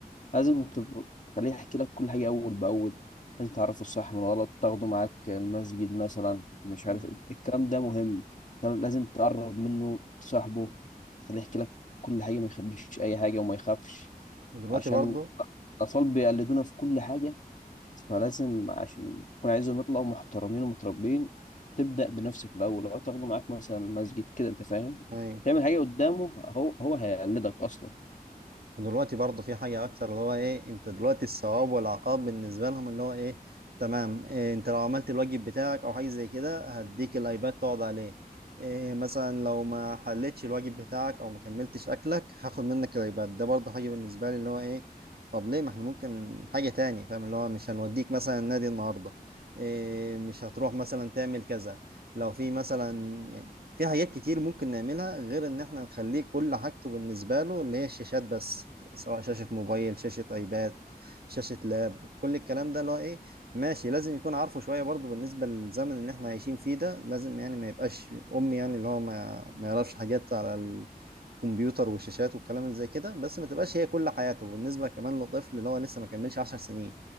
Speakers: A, on the left; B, on the right.
A: لازم تب- تخليه يحكي لك كل حاجه اول باول لازم تعرفه الصح من الغلط تاخده معاك المسجد مثلا مش
B: مم.
A: عارف ايه الكلام ده مهم كان لازم تقرب منه تصاحبه تخليه يحكي لك كل حاجه ما يخبيش اي حاجه وما يخافش
B: ودلوقتي
A: عشان
B: برضو
A: الاطفال بيقلدونا في كل حاجه فلازم عشان تكون عايزهم يطلعوا محترمين ومتربين تبدأ بنفسك الأول لو تاخده معاك مثلا مسجد كده أنت فاهم
B: ايوه
A: تعمل حاجة قدامه هو هو هيقلدك أصلا
B: ودلوقتي برضو في حاجة أكتر اللي هو إيه أنت دلوقتي الثواب والعقاب بالنسبة لهم اللي هو إيه تمام إيه أنت لو عملت الواجب بتاعك أو حاجة زي كده هديك الأيباد تقعد عليه إيه مثلا لو ما حلتش الواجب بتاعك أو ما كملتش أكلك هاخد منك الأيباد ده برضو حاجة بالنسبة لي اللي هو إيه طب ليه ما إحنا ممكن حاجة تاني فاهم اللي هو مش هنوديك مثلا النادي النهاردة إيه مش هتروح مثلا تعمل كذا لو في مثلا في حاجات كتير ممكن نعملها غير ان احنا نخليه كل حاجته بالنسبة له اللي هي الشاشات بس سواء شاشة موبايل شاشة ايباد شاشة لاب كل الكلام ده اللي هو ايه ماشي لازم يكون عارفه شوية برضه بالنسبة للزمن اللي احنا عايشين فيه ده لازم يعني ما يبقاش امي يعني اللي هو ما ما يعرفش حاجات على الكمبيوتر والشاشات والكلام اللي زي كده بس ما تبقاش هي كل حياته بالنسبة كمان للطفل اللي هو لسه ما كملش 10 سنين